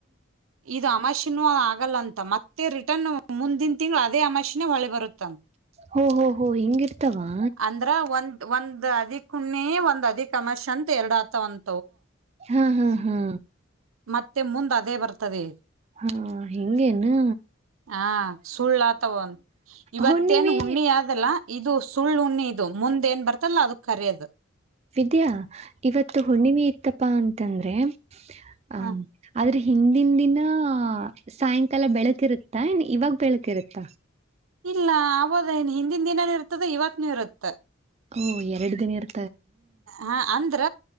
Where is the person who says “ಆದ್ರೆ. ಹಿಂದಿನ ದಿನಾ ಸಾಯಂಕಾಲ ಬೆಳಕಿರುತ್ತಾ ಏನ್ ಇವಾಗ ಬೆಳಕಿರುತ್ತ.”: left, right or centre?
Right